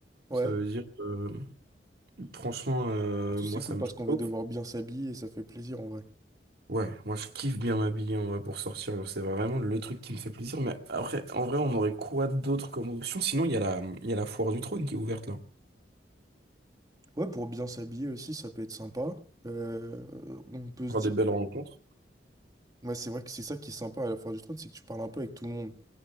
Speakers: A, on the right; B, on the right.
A: Ouais.
B: Ça veut dire, euh, franchement, euh,
A: Surtout,
B: moi,
A: c'est
B: ça
A: cool
B: me
A: parce
B: chauffe.
A: qu'on va devoir bien s'habiller et ça fait plaisir en vrai.
B: Ouais, moi, je kiffe bien m'habiller en vrai pour sortir. Genre, c'est vraiment le truc qui me fait plaisir. Mais après, en vrai, on aurait quoi d'autre comme option? Sinon, il y a la, il y a la foire du trône qui est ouverte là.
A: Ouais, pour bien s'habiller aussi, ça peut être sympa. Euh, on peut
B: Il
A: se dire
B: des belles
A: qu'on...
B: rencontres.
A: Ouais, c'est vrai que c'est ça qui est sympa à la foire du trône, c'est que tu parles un peu avec tout le monde.